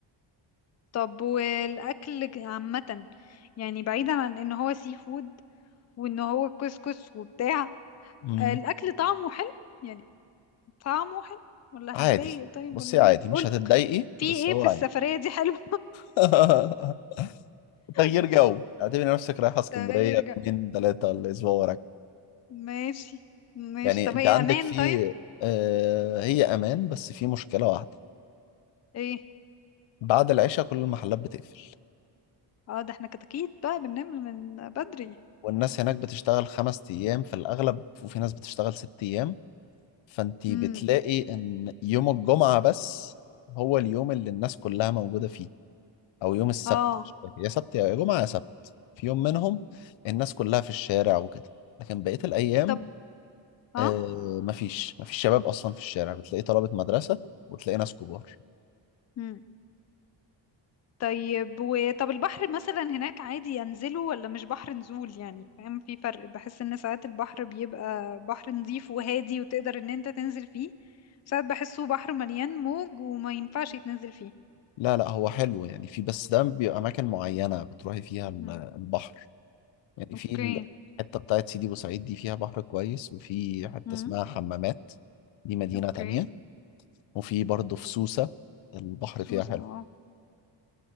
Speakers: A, on the left; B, on the left.
A: طب والاكل ج- عامة يعني بعيدا عن ان هو سي فود وان هو كسكس وبتاع
B: مم.
A: آه، الاكل طعمه حلو يعني طعمه حلو ولا
B: عادي
A: هتضايق طيب
B: بصي
A: ولا
B: عادي
A: ايه
B: مش
A: قول
B: هتتضايقي
A: في
B: بس
A: ايه
B: هو
A: في
B: عادي
A: السفرية دي حلو
B: <laughs> تغيير
A: <laughs>
B: جو اعتبري نفسك رايحة اسكندرية
A: تغير جو
B: يومين ثلاثة ولا اسبوع ورا
A: ماشي ماشي
B: يعني
A: طب
B: انت
A: هي
B: عندك
A: امان
B: في
A: طيب
B: آه، هي امان بس في مشكله واحده
A: ايه
B: بعد العشاء كل المحلات بتقفل
A: اه ده احنا كده اكيد بقى بننام من بدري
B: والناس هناك بتشتغل خمس ايام في الاغلب وفي ناس بتشتغل ست ايام فانت بتلاقي
A: امم
B: ان يوم الجمعه بس هو اليوم اللي الناس كلها موجوده فيه او يوم السبت
A: اه
B: مش فاكر يا سبت يا جمعه يا سبت في يوم منهم الناس كلها في الشارع وكده لكن بقيه الايام
A: طب اه
B: آه، مفيش مفيش شباب اصلا في الشارع بتلاقي طلبه مدرسه وتلاقي ناس كبار
A: امم طيب و... طب البحر مثلا هناك عادي ينزله ولا مش بحر نزول يعني فاهم في فرق بحس ان ساعات البحر بيبقى بحر نظيف وهادي وتقدر ان انت تنزل فيه ساعات بحسه بحر مليان موج وما ينفعش يتنزل فيه
B: لا لا هو حلو يعني في بس ده بيبقى أماكن معينة بتروحي فيها ال-
A: امم
B: البحر يعني
A: اوكي
B: في الحتة بتاعت سيدي بوسعيد دي فيها بحر كويس وفي حتة
A: امم
B: اسمها حمامات دي مدينة
A: اوكي
B: تانية وفي برضه في سوسة البحر
A: سوسة
B: فيها حلو
A: اه